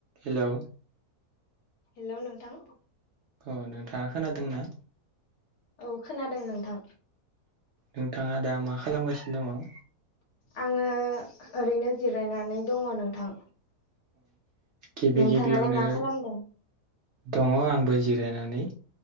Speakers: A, on the right; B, on the left.
A: हेलौ
B: हेल' नोंथां
A: अ नोंथाङा खोनादों ना?
B: औ खोनादों नोंथां
A: नोंथाङा दा मा खालामगासिनो दङ
B: आङो ओरैनो जिरायनानै दङ नोंथां
A: गिबि
B: नोंथाङालाय
A: गिबियावनो
B: मा खालामदों
A: दङ आंबो जिरायनानै